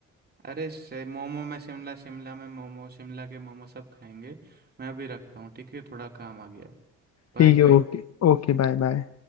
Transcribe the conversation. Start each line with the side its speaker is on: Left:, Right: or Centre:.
Right: अरे शे- मोमो में शिमला शिमला में मोमो शिमला के मोमो सब खाएंगे मैं भी रखता हूँ ठीक है थोड़ा काम आ गया है Bye
Left: ठीक है
Right: bye
Left: ओके Okay bye bye